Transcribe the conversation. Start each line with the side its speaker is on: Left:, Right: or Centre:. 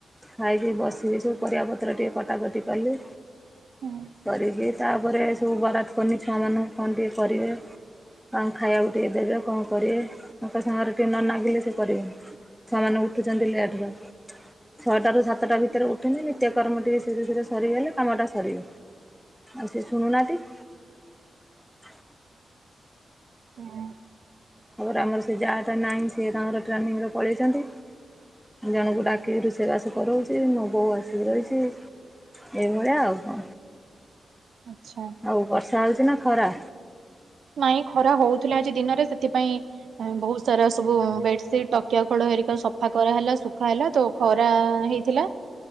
Centre: ଖାଇକି ବସିଲି ସବୁ ପରିବା ପତ୍ର ଟିକେ କଟାକଟି କଲି।
Right: ହୁଁ
Centre: କରିବି ତାପରେ ସବୁ ବରାତ କରନି ଛୁଆ ମାନ କଣ ଟିକେ କରିବେ। କଣ ଖାଇବାକୁ ଦେଇଦେବେ କଣ କରିବେ ତାଙ୍କ ସାଙ୍ଗରେ ଟିକେ ନଲାଗିଲେ କରିବେନି ସେମାନଙ୍କୁ ିଲଠନ <inaudible> ଛଟାରୁ ସାତଟା ଭିତରେ ଉଠୁନି ନିତ୍ୟକର୍ମ ଟିକେ ଧୀରେ ଧୀରେ ସରିଗଲେ କାମଟା ସରିବ। ଆଉ ସିଏ ଶୁଣୁ ନାଁହାନ୍ତି।
Right: ହ <inaudible>
Centre: ଆ ଆମର ସେ ଯାଆଟା ନାହିଁ ସେ ତାଙ୍କର ଟ୍ରେନିଂରେ ପଳେଇଛନ୍ତି, । ଜଣଙ୍କୁ ଡାକିକି ରୋଷେଇବାସ କରଉଛି ମୁ ବୋଉ ଆସିକି ରହିଛି। ଏଇଭଳିଆ ଆଉ କଣ।
Right: ଆଚ୍ଛା
Centre: ଆଉ ବର୍ଷା ହଉଛି ନା ଖରା।
Right: ନାଇଁ ଖରା ହଉଥିଲା ଆଜି ଦିନରେ ସେଥିପାଇଁ ବହୁତ ସାରା ସବୁ ବେଡସିଟ ତକିଆ ଖୋଳ ହେରିକ ସଫା କରାହେଲା ଶୁଖା ହେଲା ତ ଖରା ହେଇଥିଲା।